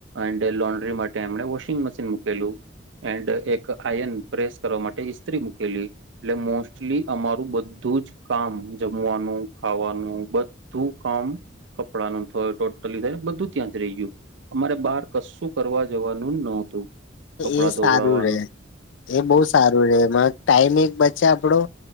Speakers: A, on the right; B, on the left.
A: એન્ડ લોન્ડ્રી માટે એમણે વોશિંગ મશીન મૂકેલું. એન્ડ એક આયર્ન પ્રેસ કરવા માટે ઈસ્ત્રી મૂકેલી એટલે મોસ્ટલી અમારું બધું જ કામ જમવાનું ખાવાનું બધું કામ કપડાનું હવે ટો ટલી થાય બધું ત્યાં જ રહી ગયું અમારે બહાર કશું કરવા જવાનું નહોતું. કપડાં
B: એ
A: ધોવડાવવાનું
B: સારું રે એ બહુ સારું રે એમાં ટાઈમ એક બચે આપડો,